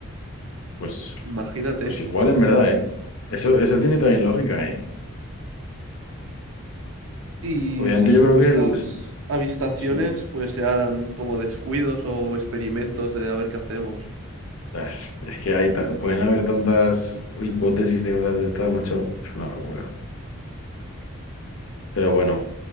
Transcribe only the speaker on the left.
Pues,
pues igual en verdad, ¿eh? Eso, eso tiene también lógica, ¿eh?
Obviamente
yo creo que el,
sí.
Las- Es que hay ta- pueden haber tantas hipótesis de cosas de estas, macho. Es una locura. Pero bueno,